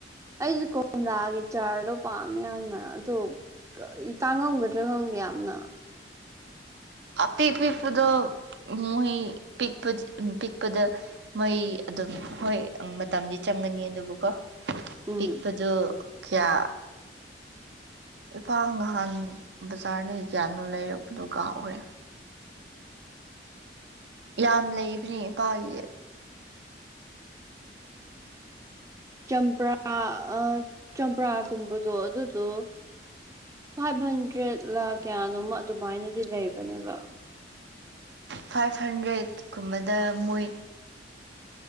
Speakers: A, on the right (about 15°); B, on the right (about 75°).
A: ꯑꯩꯁꯨ ꯀꯣꯝꯂꯥꯒꯤ ꯆꯥꯔꯗꯣ ꯄꯥꯝꯃꯦ ꯌꯥꯝꯅ ꯑꯗꯣ ꯀꯔꯤ ꯇꯥꯡꯉꯝꯒꯗ꯭ꯔꯥ ꯈꯪꯗꯦ ꯌꯥꯝꯅ
B: ꯑꯄꯤꯛ ꯄꯤꯛꯄꯗ ꯃ ꯄꯄ ꯄꯤꯛꯄꯗ ꯃꯣꯏ ꯑꯗꯨꯝ ꯍꯣꯏ ꯃꯇꯝꯗꯤ ꯆꯪꯒꯅꯤ ꯑꯗꯨꯕꯨꯀꯣ
A: ꯎꯝ
B: ꯄꯤꯛꯄꯖ ꯀꯌꯥ ꯏꯐꯥꯜ ꯅꯍꯥꯟ ꯕꯖꯥꯔꯅ ꯀ꯭ꯌꯥꯅꯣ ꯂꯩꯔꯛꯄꯗꯨꯣ ꯀꯥꯎꯔꯦ ꯌꯥꯝ ꯂꯩꯕꯅꯦ ꯏꯄꯥꯒꯤ
A: ꯆꯝꯄ꯭ꯔꯥ ꯑ ꯆꯝꯄ꯭ꯔꯥꯒꯨꯝꯕꯗꯣ ꯑꯗꯨꯗꯣ ꯐꯥꯏꯚ ꯍꯟꯗ꯭ꯔꯦꯠ ꯂꯥ ꯀꯌꯥꯅꯣꯃ ꯑꯗꯨꯃꯥꯏꯅꯗꯤ ꯂꯩꯕꯅꯦꯕ
B: ꯐꯥꯏꯚ ꯍꯟꯗ꯭ꯔꯦꯠ ꯀꯨꯝꯕꯗ ꯃꯣꯏ